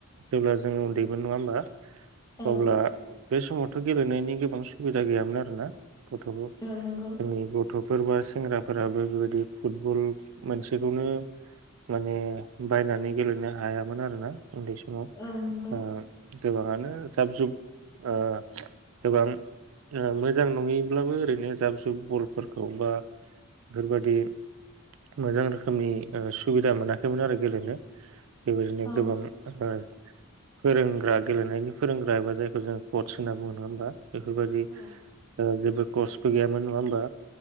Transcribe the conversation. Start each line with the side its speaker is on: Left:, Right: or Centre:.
Right: जेब्ला जोंङो उन्दैमोन नङा होमबा
Left: औ
Right: अब्ला बे समावथ गेलेनायनि गोबां सुबिदा गैयामोन आरोना गथ'खौ
Left: औ नंगौ
Right: <unintelligible> गथ'फोर बा सेंग्राफोराबो बेबायदि फुटबल मोनसेखौनो माने बायनानै गेलेनो हायामोन आरोना उन्दै समाव
Left: औ नंगौ
Right: ओ गोबांङानो जाब जुग ओ गोबां मोजां नङैब्लाबो ओरैनो जाब जुब बलफोरखौ बा बेफोरबादि मोजां रोखोमनि सुबिदा मोनाखैमोन आरो गेलेनो बेबायदिनो
Left: औ
Right: गोबां फोरोंग्रा गेलेनायनि फोरोंग्रा एबा जायखौ जोङो कर्च होनना बुङो नङा होमबा बेफोरबायदि
Left: औ
Right: जेबो कर्च गैयामोन नङा होमबा